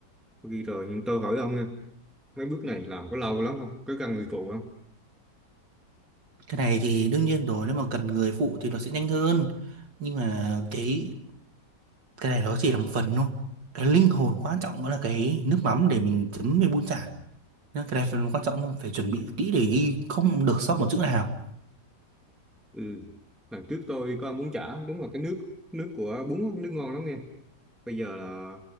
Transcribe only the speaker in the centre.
Tôi ghi rồi nhưng tôi hỏi ông nha mấy bước này làm có lâu lắm không có cần người phụ không
ừ lần trước tôi có ăn bún chả đúng là cái nước nước của bún á, nước ngon lắm nghe bây giờ là